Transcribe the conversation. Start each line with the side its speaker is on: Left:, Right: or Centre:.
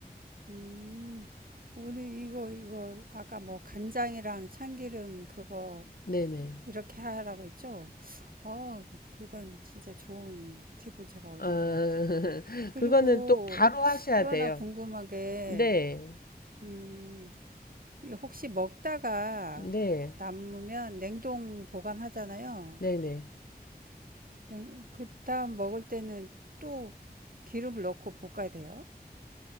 Right: 음, 오늘 이거 이거 아까 뭐 간장이랑 참기름 그거
Left: 네네.
Right: 이렇게 하라고 했죠? 어, 그건 진짜 좋은 팁을 제가 얻은
Left: 아, <laughs>
Right: 것 같아요. 그리고
Left: 그거는 또 바로 하셔야
Right: 또 하나
Left: 돼요.
Right: 궁금하게,
Left: 네.
Right: 음, 이거 혹시 먹다가
Left: 네.
Right: 남으면 냉동 보관하잖아요.
Left: 네네.
Right: 냉, 그다음 먹을 때는 또 기름을 넣고 볶아야 돼요.